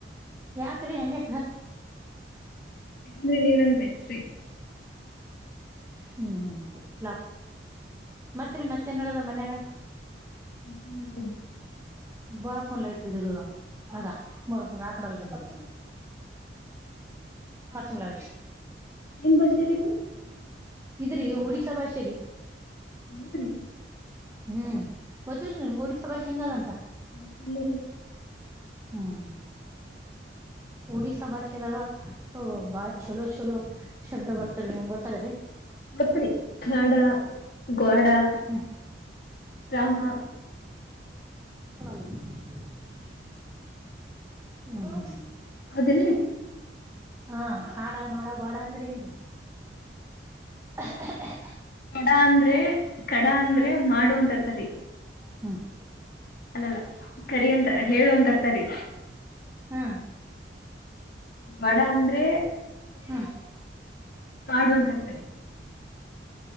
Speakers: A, on the right (about 15°); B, on the left (about 55°).
A: ಯಾಕ್ರಿ ಹಗೆ
B: ಯಾಕಂದ್ರೆ ನೀವ್ ನನ್ ಬೆಸ್ರಿ
A: ಹ್ಮ್ ಹ್ಮ್ ಲಾಕ್ ಮತ್ರಿ ಮತ್ತೆ ನೋಡದ ಮನ್ಯಾಗ
B: ಹ್ಮ
A: ಬಾಫನ್ ಲ ಇತಿ ದ ದದುದಾಮ ಅಗ ಬರಬ ಆಕಡಲ್ಲ ಜಮ ಚಮಲ
B: ಹೆಂಗ್ ಬರ್ಸೀರಿ ಇವು
A: ಇದ್ರಿ ಒಡಿಸಾ ಭಾಷೆರಿ
B: ಹತ್ರೀ
A: ಹ್ಮ್ ಗೊತ್ತಿಲ್ರಿ ನಿಮ್ಗೆ ಗೋಡಿ ಸಭಾಷ್ ಹೆಂಗ ಅದಂತ
B: ಮತ್ತಿಲ್ಲಾರೆ
A: ಹ್ಮ್ ಹ್ಮ ಒಡಿಸ್ಾ ಭಾಷೆದಾಗ ಬಾ ಚಲೋ ಛಲೋ ಶಬ್ದ ಬರ್ತಾರೆ ನಿಮ್ ಗೊತ್ತಾದ್ರಿ
B: ಮತ್ರಿ ಕಖಾಡ ಕ್ವಾಡಾ
A: ಹ್ಮ್
B: ಗಾಮ
A: ಹ್ಮ
B: ಅದೇನ್ರರಿ
A: ಹಾ ಹಾಡ ಮಾಡೋಡ ಅಂದ್ರೆ ಏನ್ ಹ
B: ಕಡ ಅಂದ್ರೆ ಕಡ ಅಂದ್ರೆ ಮಾಡುವ ಅಂತರ್ತರಿ
A: ಹ್ಮ್
B: ಅಲ್ಲಲ್ಲ ಕರಿ ಅಂತ ಹೇಳುವ ಅಂತರ್ತರಿ
A: ಹಾ
B: ಬಡ ಅಂದ್ರೆ
A: ಹ್ಮ್
B: ಮಾಡುವಂತರ್ತಾರೆ